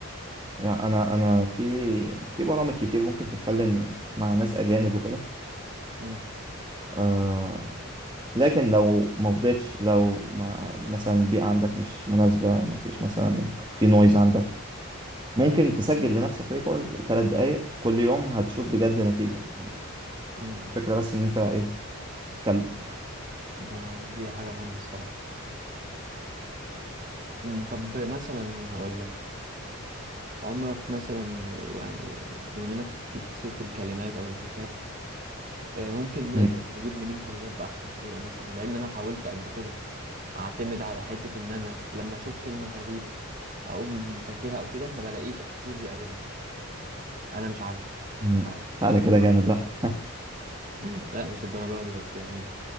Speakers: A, on the right (about 20°); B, on the right (about 35°).
A: يعني أنا أنا في في برامج كتير ممكن تتكلم مع ناس أجانب وكده
B: امم
A: آه لكن لو ما فضيتش لو ما مثلا البيئة عندك مش مناسبة مفيش مثلا في نويز عندك ممكن تسجل لنفسك ريكورد تلات دقايق كل يوم هتشوف بجد نتيجة يعني
B: امم
A: الفكرة بس ان انت ايه تتكلم
B: ده دي حاجه مهمه الصراحه مم، طب مثلا هقول لك عمرك مثلا يعني بما انك جبت سيرة الكلمات او الفوكاب آه، ممكن نقدر
A: م-
B: نجيب منين كلمات بأحسن طريقة مثلا لأن أنا حاولت قبل كده أعتمد على حتة إن أنا لما أشوف كلمة غريبة أقوم مسجلها أو كده ما بلاقيش كتير بيقابلني أنا مش عارف <laughs>
A: م.
B: آه،
A: تعالى كده
B: فاهم
A: جامد
B: قصدي؟
A: بقى
B: <laughs> لا مش الدرجة دي بس يعني